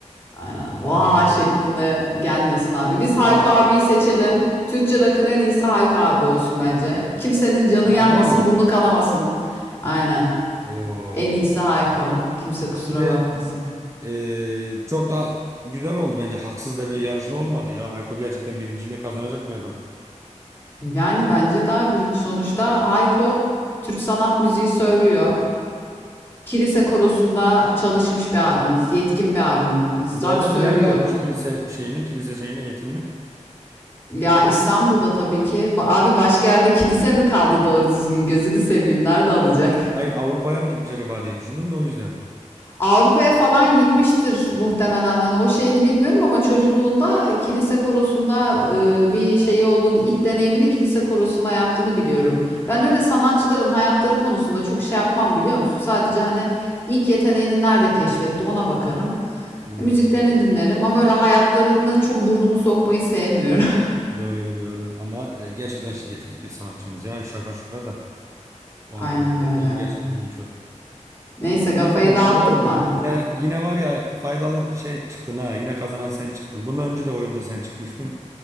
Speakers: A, on the left; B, on the right.
A: Aynen. Vaa
B: Ee,
A: şeklinde gelmesin abi. Biz
B: yani
A: Hayko abiyi seçelim. Türkçe rock'ın en iyisi Hayko abi olsun bence. Kimsenin canı
B: finalde
A: yanmasın,
B: miyiz?
A: burnu kanamasın. Aynen.
B: Oo.
A: En iyisi Hayko. Kimse kusura
B: Şimdi
A: bakmasın.
B: ee, çok da güzel oldu bence. Haksız da bir yarışma olmadı ya. Ayko gerçekten birinciliği kazanacak mı adam?
A: Yani bence daha büyük. Sonuçta Hayko Türk sanat müziği söylüyor. Kilise korosunda çalışmış bir abimiz, yetkin bir abimiz.
B: Bu
A: Rock
B: adam
A: söylüyor.
B: nerede almış kilise şeyini, kilise şeyini, eğitimini?
A: Ya İstanbul'da tabii ki. Ba- Abi başka yerde kilise mi kaldı doğru düzgün? Gözünü seveyim. Nerede alacak?
B: Hayır Avrupa'ya mı gitmiş acaba diye düşündüm de o yüzden.
A: Avrupa'ya falan gitmiştir muhtemelen. Hani o şeyini bilmiyorum ama çocukluğunda kilise korosunda e, bir şeyi olduğunu, ilk deneyimini kilise korosunda yaptığını biliyorum. Ben öyle sanatçıların hayatları konusunda çok şey yapmam biliyor musun? Sadece hani ilk yeteneğini nerede keşfetti ona bakarım.
B: Hmm.
A: Müziklerini dinlerim ama öyle hayatlarına çok burnumu sokmayı sevmiyorum.
B: Doğru doğru ama e, gerçekten şi- yetenekli bir sanatçımız ya şaka şuka da o
A: <laughs>
B: ayrı
A: Aynen
B: bir
A: öyle.
B: şey de yani gerçekten iyi çocuk.
A: Neyse kafayı
B: İyi valla
A: dağıttık
B: güzel oldu.
A: mı?
B: Yine yine var ya faydalı şey çıktın ha yine kazanan sen çıktın. Bundan önce de oyunda sen çıkmıştın